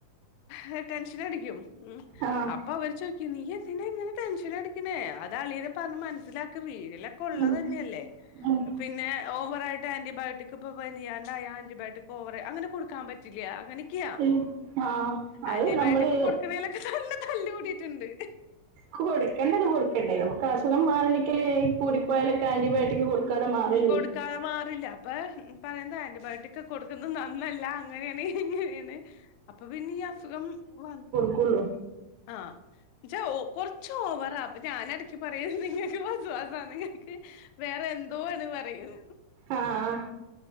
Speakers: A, on the left (about 80°); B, on the right (about 80°).
A: ഹേ ടെൻഷനടിക്കും ഉം
B: ആഹ്
A: അപ്പൊ അവര് ചോയിക്കും നീ എന്തിനാ ഇങ്ങനെ ടെൻഷനടി ക്ക്ണെ അത് അളിയനെ പറഞ്ഞ് മനസ്സിലാക്ക് വീഴലൊക്കെ ഉള്ളത്
B: ഉം
A: തന്നെയല്ലേ
B: ഉം
A: പിന്നെ ഓവറായിട്ട് ആന്റിബയോട്ടിക് ഇപ്പൊ പനിയാണ്ടായ ആന്റിബയോട്ടിക് ഓവറ് അങ്ങനെ കൊട്ക്കാ പ റ്റില്ല അങ്ങനെയൊക്ക്യാ
B: ഉം ആഹ് അത്
A: ആന്റിബയോട്ടിക്
B: നമ്മള്
A: കൊട്ക്ക്ണേലൊക്കെ നല്ല തല്ല് കൂടീട്ട്ണ്ട്
B: കൊട്ക്കേണ്ടത് കൊട്ക്കേണ്ടേ നമുക്ക് അസുഖം മാറണ്ടിക്കല് കൂടിപ്പോയാലൊക്കെ ആന്റിബയോട്ടിക് കൊട് <unintelligible> മാറി
A: കൊട്ക്കാതെ മാറില്ല അപ്പൊ പറയുന്നത് ആന്റിബയോട്ടിക്ക് കൊട്ക്കുന്ന നന്നല്ല അങ്ങന്യാണ്‌ ഇങ്ങന്യാണ്‌ അപ്പൊ പിന്നെ ഈ അസുഖം വന്ന
B: ക്കൊള്ളൂ
A: ആഹ് ന്ന്ച്ചാ കുറച്ച് ഓവറാ അപ്പം ഞാനെട ക്ക് പറയും നിങ്ങക്ക് വസ്‌വാസാന്ന് നിങ്ങക്ക് വേറെ എന്തോ ആണ് പറയും
B: ആഹ്